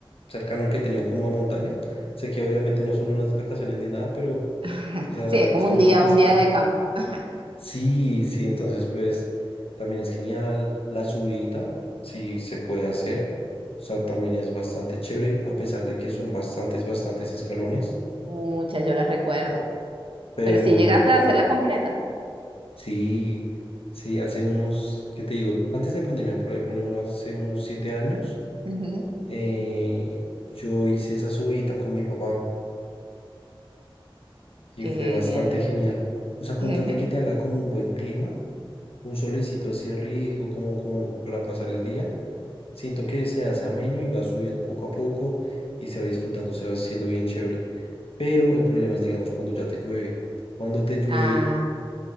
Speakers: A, on the left (about 80°); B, on the right (about 65°).
A: cercano que he tenido como a montaña. Sé que obviamente no son unas vacaciones ni nada, pero,
B: <laughs>
A: o sea,
B: Sí, es como
A: siento
B: un día,
A: que
B: un
A: es como
B: día de campo. <laughs>
A: Sí, sí, entonces pues también es genial. La subida, sí se puede hacer. O sea, también es bastante chévere, a pesar de que son bastantes, bastantes escalones.
B: Muchas, yo las recuerdo.
A: Pero
B: Pero sí llegaste a hacerla completa.
A: sí, sí, hace unos, ¿qué te digo? Antes de pandemia, por ahí ponle uno, hace unos siete años,
B: Ujú.
A: eh, yo hice esa subida con mi papá y
B: Qué
A: fue
B: genial.
A: bastante genial. O sea, con
B: <laughs>
A: tal de que te haga como un buen clima, un solecito así rico, como, como para pasar el día Siento que se hace ameno y va subiendo poco a poco y se va disfrutando, se va haciendo bien chévere. Pero el problema es, digamos, cuando ya te llueve. Cuando te llueve
B: Ah,